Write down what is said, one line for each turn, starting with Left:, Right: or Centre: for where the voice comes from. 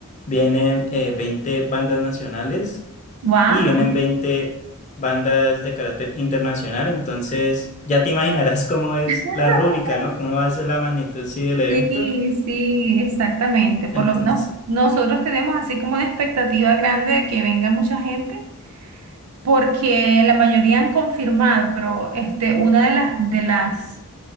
Left: vienen eh, 20 bandas nacionales
Right: Wow.
Left: y vienen 20 bandas de carácter internacional, entonces ya te imaginarás <laughs> cómo es
Right: <laughs>
Left: la rúbrica, ¿no? Cómo va a ser la magnitud, sí, del evento.
Right: Sí, sí, exactamente. Por
Left: Entonces,
Right: lo menos nosotros tenemos así como una expectativa grande de que venga mucha gente, porque la mayoría han confirmado, pero este, una de las de las